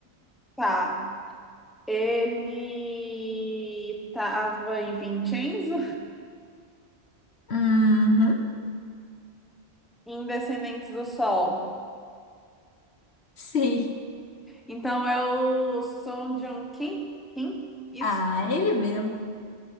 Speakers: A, in the centre; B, on the left.
A: Tá. Ele tava em Vincenzo,
B: Uhum,
A: em Descendentes do Sol.
B: sim.
A: Então é o Song Joong Kim? Kim? Isso.
B: Ah, ele mesmo.